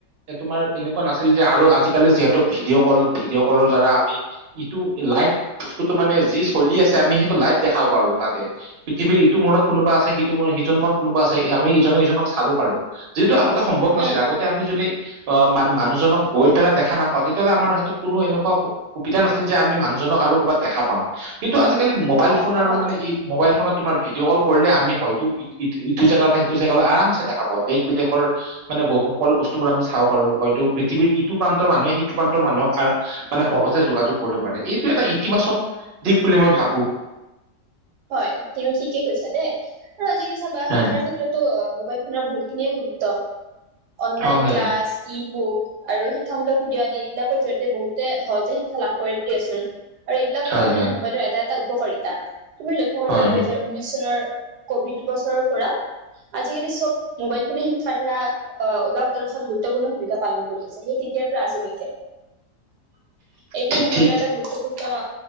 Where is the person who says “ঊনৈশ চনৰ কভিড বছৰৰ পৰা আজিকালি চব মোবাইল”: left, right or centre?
Right